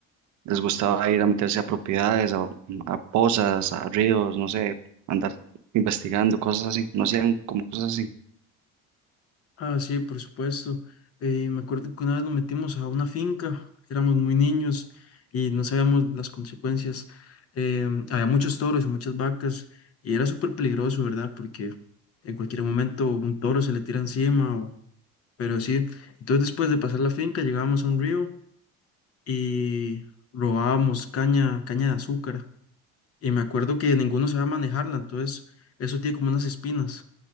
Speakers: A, on the right; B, on the left.
A: les gustaba ir a meterse a propiedades, a, a pozas, a ríos, no sé, andar investigando, cosas así. No hacían como cosas así.
B: Ah, sí, por supuesto. Eh, me acuerdo que una vez nos metimos a una finca, éramos muy niños y no sabíamos las consecuencias. Em, había muchos toros y muchas vacas y era súper peligroso, ¿verdad? Porque en cualquier momento un toro se le tira encima, o- pero sí. Entonces después de pasar la finca llegábamos a un río y robábamos caña, caña de azúcar. Y me acuerdo que ninguno sabía manejarla, entonces eso tiene como unas espinas.